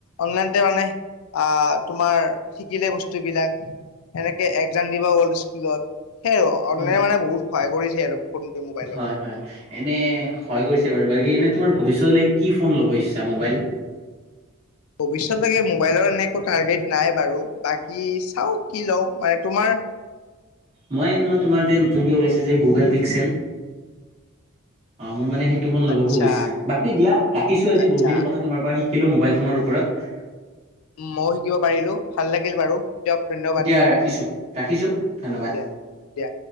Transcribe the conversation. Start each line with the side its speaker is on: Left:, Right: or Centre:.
Left: অনলাইনতে মানে আহ তোমাৰ শিকিলে বস্তুবিলাক। এনেকে একজাম দিব হ'ল স্কুলত সেই আৰু অনলাইনে
Right: উম,
Left: মানে বহুত সহায় কৰিছে আৰু। ফোনটো মোবাইলক
Right: হয়, হয় এনে হৈ গৈছে বাৰু বাকী এনে তোমাৰ ভৱিষ্যতলৈ কি ফোন ল'ব ইচ্ছা মোবাইল?
Left: ভৱিষ্যতলৈকে মোবাইলৰ এনে একো টাৰ্গেট নাই বাৰু বাকী চাওঁ কি লওঁ। মানে তোমাৰ
Right: মই তোমাৰ যে নতুনকে ওলাইছে যে গুগল পিক্সেল। অ', মোৰ মানে ফোনটো ল'ব
Left: আচ্ছা
Right: সুব ইচ্ছা। বাকী দিয়া ৰাখিছো আজি
Left: আচ্ছা
Right: বহুতখিনি কথা তোমাৰ পৰা শিকিলো মোবাইল ফোনৰ ওপৰত।
Left: উম, ময়ো শিকিব পাৰিলো ভাল লাগিল বাৰু, দিয়ক ধন্যবাদ।
Right: দিয়া ৰাখিছো ৰাখিছো। ধন্যবাদ
Left: দিয়া, দিয়া, দিয়া।